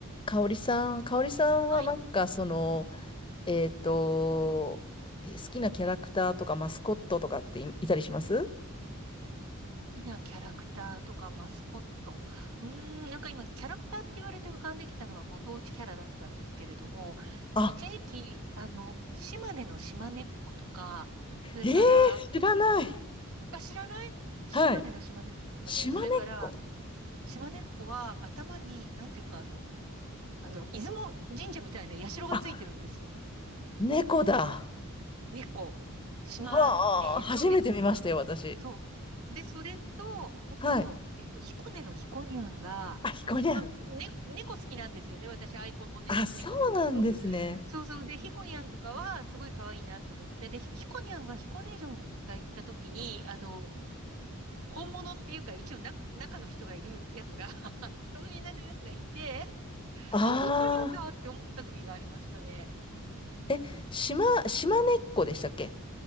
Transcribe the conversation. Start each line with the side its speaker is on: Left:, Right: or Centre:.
Left: 香織さん、香織さんはなんかその、
Right: はい。好
Left: えっと、好きなキャラクターとかマスコットとかってい、いたりします
Right: きなキャラクターとかマスコット。うーん、なんか今、キャラクターって言われて浮かんできたのがご当地キャラだったんですけれども、
Left: あ、
Right: 一時期、あの、島根の島根っ子とか、それから、
Left: えー、知らない。
Right: あ、知らない島根の島根っ子とかね、
Left: はい。島根っこ。
Right: それから、島根っ子は頭に、なんていうか、あの、あの、出雲神社みたいな社がついてるんですよ。
Left: あ、猫だ。
Right: 猫。島根の猫
Left: はあ、初めて見ましたよ、私。
Right: そう。で、それと、あと、
Left: はい。
Right: えっと、彦根の彦にゃんが、
Left: あ、ひこにゃん。
Right: まあ、ね、猫好きなんですよね。私、アイコンもね、
Left: あ、そうなんですね。
Right: 猫ですけど。そうそう。で、彦にゃんとかは、すごい可愛いなって思って。で、彦にゃんは彦根城に一回行った時に、あの、本物っていうか、一応な、中の人がいるやつが <laughs> 等身大 <laughs> のやつがいて、
Left: ああ、
Right: おー、彦にゃんだって思った時がありましたね。
Left: え、島、島根っこでしたっけ